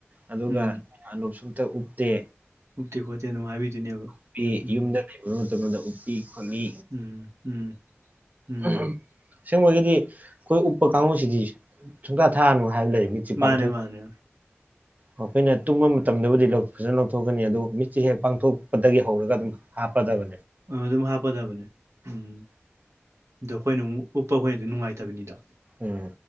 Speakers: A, on the right; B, on the right.
A: ꯑꯗꯨꯒ
B: ꯎꯝ
A: ꯑꯂꯁꯨꯝꯇ ꯎꯞꯇꯦ
B: ꯎꯛꯇꯦ ꯈꯣꯠꯇꯦ ꯑꯗꯨꯝ ꯍꯥꯏꯕꯤꯗꯣꯏꯅꯦꯕ
A: ꯎꯄꯤ
B: ꯎꯝ
A: ꯌꯨꯝꯗ ꯂꯩꯕꯕ ꯃꯇꯝꯗ ꯎꯞꯄꯤ ꯈꯣꯠꯂꯤ
B: ꯎꯝ ꯎꯝ ꯎꯝ
A: ꯎ ꯁꯁꯦꯡꯕꯒꯤꯗꯤ ꯑꯩꯈꯣꯏ ꯎꯞꯄ ꯀꯥꯡꯕꯨꯁꯤꯗꯤ ꯁꯨꯡꯇꯥ ꯊꯥꯔꯅꯨ ꯍꯥꯏꯕ ꯂꯩ ꯃꯤ <unintelligible>
B: ꯃꯥꯅꯦ ꯃꯥꯅꯦ
A: ꯑꯩꯈꯣꯏꯅ ꯇꯨꯝꯕ ꯃꯇꯝꯗꯕꯨꯗꯤ ꯐꯖꯅ ꯂꯧꯊꯣꯛꯀꯅꯤ ꯑꯗꯨ ꯃꯤꯠꯁꯦ ꯍꯦꯛ ꯄꯥꯡꯊꯣꯛꯄꯗꯒꯤ ꯍꯧꯔꯒ ꯑꯗꯨꯝ ꯍꯥꯥ ꯄꯗꯒ
B: ꯑꯗꯨꯝ ꯍꯥꯞꯄꯗꯕꯅꯦ ꯎꯝ ꯑꯗꯣ ꯑꯩꯈꯣꯏꯅ ꯑꯃꯨꯛ ꯎꯞꯄ ꯑꯩꯈꯣꯏꯅꯗꯤ ꯅꯨꯡꯉꯥꯏꯇꯕꯅꯤꯗꯣ
A: ꯎꯝ